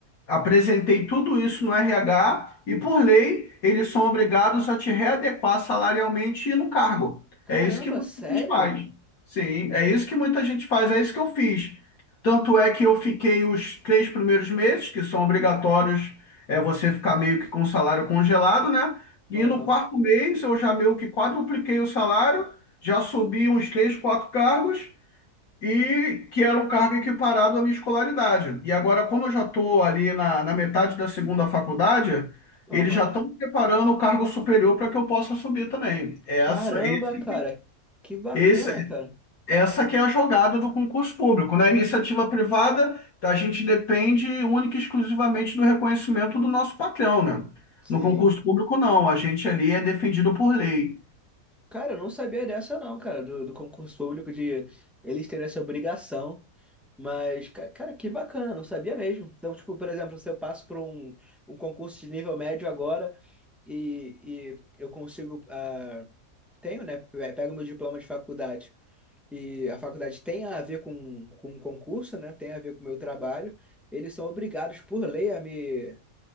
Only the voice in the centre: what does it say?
Caramba,
sério?
Aham,
aham.
Caramba,
cara, que bacana,
cara.
Sim.
Cara, eu não sabia dessa não, cara, do, do concurso público de eles terem essa obrigação. Mas, ca- cara, que bacana, não sabia mesmo. Então, tipo, por exemplo, se eu passo por um, um concurso de nível médio agora e, e eu consigo, ah, tenho, né, pe- pego meu diploma de faculdade e a faculdade tem a ver com, com o concurso, né, tem a ver com o meu trabalho, eles são obrigados por lei a me